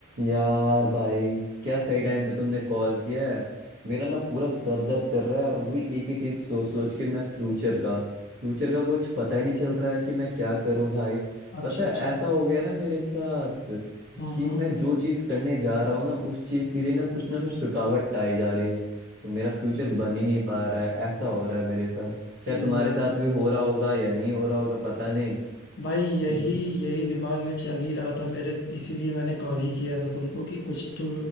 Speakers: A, on the right; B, on the left.
A: यार भाई क्या सही टाइम पे तुमने कॉल किया है मेरा ना पूरा सर दर्द कर रहा है वही एक ही चीज सोच सोच के मैं फ्यूचर का फ्यूचर का कुछ पता ही नहीं चल रहा है कि मैं क्या करूं भाई
B: अच्छा
A: पता
B: अच्छा
A: है ऐसा हो गया ना मेरे साथ
B: हाँ
A: कि
B: हाँ
A: मैं जो चीज करने जा रहा हूँ ना उस चीज के लिए ना कुछ ना कुछ रुकावट आई जा रही है तो मेरा फ्यूचर बन ही नहीं पा रहा है ऐसा हो रहा है मेरे साथ शायद
B: हम्म,
A: तुम्हारे साथ भी हो रहा होगा या नहीं हो रहा होगा पता नहीं
B: भाई यही
A: देखो
B: यही दिमाग में चल ही रहा था मेरे इसीलिए मैंने कॉल ही किया था तुमको कि कुछ तो